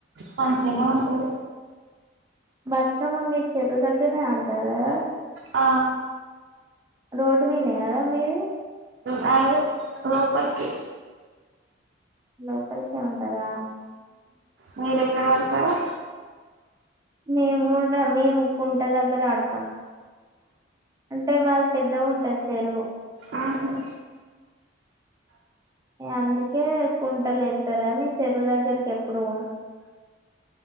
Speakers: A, on the right (about 65°); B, on the right (about 20°).
A: మంచిగనే ఉంటది
B: బతుకమ్మ మీరు చెరువు దగ్గరనే ఆడుతారు కదా
A: ఆ
B: రోడ్డు మిన్నే కదా మీది
A: కాదు లోపటికి
B: లోౌపలికే ఉంటదా
A: మీరెక్కడ ఆడుతారు
B: మేము కూడా మేము కుంట దగ్గర ఆడతాం అంటే మాది పెద్దగుంటది చెరువు
A: ఆహా
B: ఇగ అందుకే కుంటలేతరని అని చెరువు దగ్గరికి ఎప్పుడు పోము